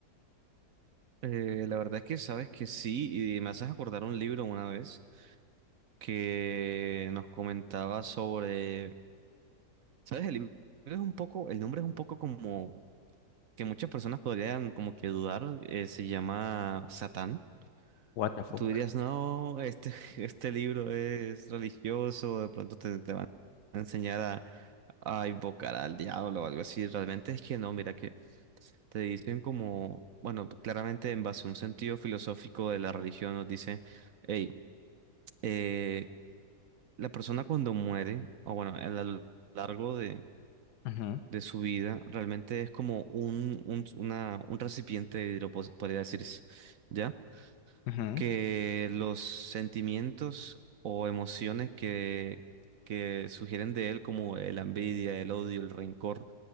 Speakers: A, on the right; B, on the left.
A: Eh, la verdad es que sabes que sí, y me haces acordar un libro una vez. que nos comentaba sobre, ¿sabes? El libro es un poco, el nombre es un poco como que muchas personas podrían como que dudar, eh, se llama Satán.
B: What the fuck.
A: Tú dirías, no, este, <laughs> este libro es religioso, de pronto te, te van a enseñar a, a invocar al diablo o algo así. Realmente es que no, mira que te dicen como, bueno, claramente en base a un sentido filosófico de la religión nos dice, hey, eh, la persona cuando muere, o bueno, a lo largo de,
B: Ujú,
A: de su vida, realmente es como un, un, una- un recipiente de vidrio, pos- podría decirse, ¿ya?
B: ujú,
A: Que los sentimientos o emociones que, que sugieren de él, como la envidia, el odio, el rencor,